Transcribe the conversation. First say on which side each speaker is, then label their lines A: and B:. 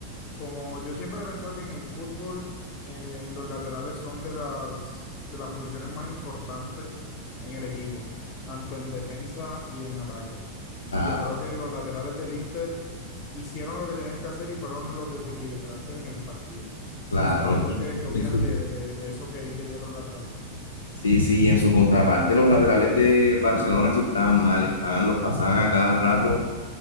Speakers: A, on the left; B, on the left.
A: Como yo siempre he pensado que en el fútbol eh, los laterales son de las, de las posiciones más importantes en el equipo, tanto en defensa y en ataque.
B: Claro,
A: Y yo creo que los laterales del Inter hicieron lo que tenían que hacer y fueron los desequilibrantes en el partido.
B: claro.
A: No sé tú
B: Y
A: qué, qué opinas
B: en su-
A: de, de de eso que dije yo de los laterales.
B: sí, sí, y en su contraparte, los laterales de Barcelona sí estaban mal, estaban, los pasaban a cada rato